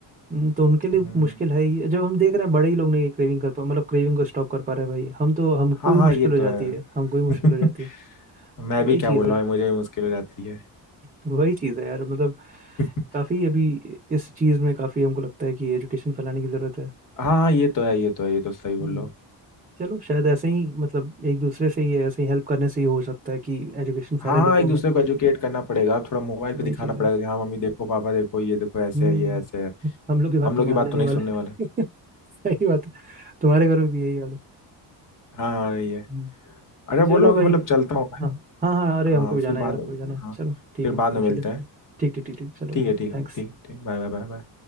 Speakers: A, on the right (about 20°); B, on the left (about 45°).
A: हम्म, तो उनके लिए
B: हम्म,
A: मुश्किल है ही जब हम देख रहे हैं बड़े ही लोग नहीं क्रेविंग कर पा मतलब क्रेविंग को स्टॉप कर पा रहे हैं भाई हम तो हमको
B: हाँ
A: ही
B: हाँ
A: मुश्किल
B: ये
A: हो जाती
B: तो है
A: है हमको ही मुश्किल
B: <laughs>
A: हो जाती है
B: मैं
A: तो वही
B: भी क्या
A: चीज़
B: बोल रहा
A: है
B: हूँ मुझे भी मुश्किल हो जाती है
A: तो वही चीज़ है यार मतलब
B: <laughs>
A: काफ़ी अभी इस चीज़ में काफ़ी हमको लगता है कि एजुकेशन फैलाने की ज़रूरत है
B: हाँ ये तो है ये तो है ये तो सही बोल
A: हम्म,
B: रहे हो
A: चलो शायद ऐसे ही मतलब एक दूसरे से ही ऐसे ही हेल्प करने से ही हो सकता है कि एजुकेशन
B: हाँ
A: फैले लोगों
B: हाँ एक दूसरे
A: में
B: को एजुकेट करना पड़ेगा थोड़ा मोबाइल
A: वही
B: पे दिखाना
A: चीज़
B: पड़ेगा
A: है
B: कि हाँ मम्मी देखो पापा देखो ये देखो ऐसे
A: हम्म
B: है ये ऐसे है
A: हम लोग की बात
B: हम
A: तो
B: लोग
A: मानने
B: की बात तो
A: नहीं
B: नहीं
A: वाले
B: सुनने वाले
A: <laughs> सही बात है तुम्हारे घर में भी यही हाल है
B: हाँ हाँ ये
A: हम्म,
B: अरे बोल
A: चलो
B: रहा हूँ
A: भाई
B: कि मतलब चलता हूँ मैं
A: हाँ हाँ हाँ अरे हमको
B: हाँ
A: भी जाना
B: फिर बाद
A: है यार हमको भी जाना है
B: हाँ
A: चलो ठीक
B: फिर
A: है
B: बाद
A: कोई
B: में मिलते
A: हो गया।
B: हैं
A: ठीक ठीक ठीक ठीक चलो
B: ठीक
A: भाई
B: है ठीक
A: थैंक्स
B: है ठीक ठीक बाय बाय बाय बाय